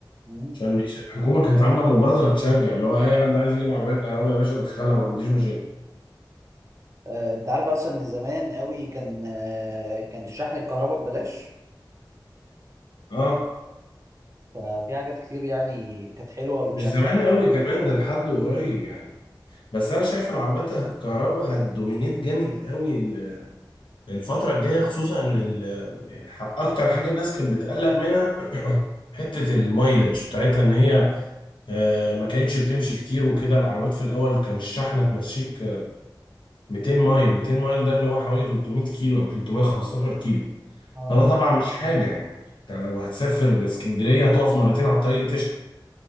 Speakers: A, on the right; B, on the left.
A: مم.
B: عشان بيش... الحكومة كانت عاملة مبادرة تشجع اللي هو أي حد عايز يجيب عربية كهرباء يا باشا دخلها ما عنديش مشاكل
A: آه، انت عارف اصلا ان زمان قوي كان آه، كان الشحن الكهرباء ببلاش
B: اه
A: ففي حاجات كتير يعني كانت حلوه بتشجع
B: مش زمان قوي كمان ده لحد قريب يعني بس أنا شايف العربيات الكهرباء هتدومينيت جامد قوي ال- الفترة الجاية خصوصا إن ال... الح... أكتر حاجة الناس كانت بتقلق منها <clears throat> حتة المايلج بتاعتها إن هي آه، ما كانتش بتمشي كتير وكده العربيات في الأول كان الشحنة تمشيك آه، 200 مايل 200 مايل ده اللي هو حوالي 300 كيلو أو 315 كيلو
A: اه
B: فده طبعا مش حاجة يعني انت لو هتسافر اسكندرية هتقف مرتين على الطريق تشحن